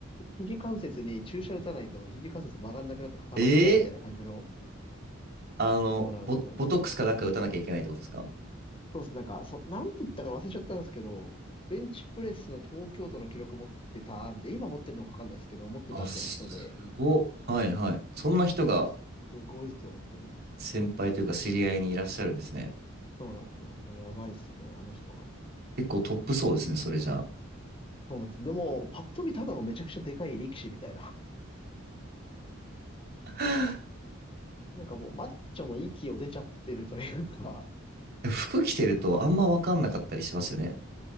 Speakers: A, on the left; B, on the right.
A: 肘関節に注射打たないと肘関節曲がんなくなって固まっちゃうみたいな感じの、
B: ええあの、
A: そうなんですよ。
B: ボ、ボトックスかなんか打たなきゃいけないってことですか
A: そうです。なんか、そ、なんて言ったか忘れちゃったんですけど、ベンチプレスの東京都の記録持ってた、みたいな、今持ってるのかわかんないですけど、持ってたみたいな人で、
B: あ、すごっ。はいはい。そんな人が
A: え、もう、すごいですよ、本当に。
B: 先輩というか知り合いにいらっしゃるんですね。
A: そうなんですよ。もうやばいっすね、あの人は。
B: 結構トップそうですね、それじゃ
A: そうなんです。でも、パッと見ただのめちゃくちゃでかい力士みたいな。
B: あ。
A: なんかもう、マッチョの域を出ちゃってるというか、
B: <laughs> 服着てるとあんまわかんなかったりしますよね。